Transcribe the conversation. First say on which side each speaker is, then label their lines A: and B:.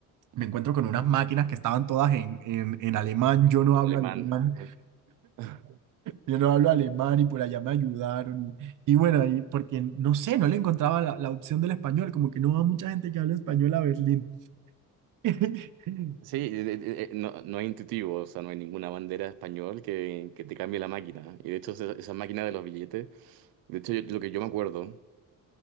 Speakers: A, on the right; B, on the right.
A: me encuentro con unas máquinas que estaban todas en, en, en alemán. Yo no
B: el
A: hablo
B: alemán.
A: alemán,
B: ¿no? <laughs>
A: yo no hablo alemán y por allá me ayudaron. Y, y bueno, y porque no sé, no le encontraba la, la opción del español, como que no va mucha gente que habla español a Berlín. <laughs>
B: Sí, eh, eh, eh, no, no es intuitivo, o sea, no hay ninguna bandera español que, que te cambie la máquina. ¿no? Y de hecho, esa, esa máquina de los billetes, de hecho, yo- lo que yo me acuerdo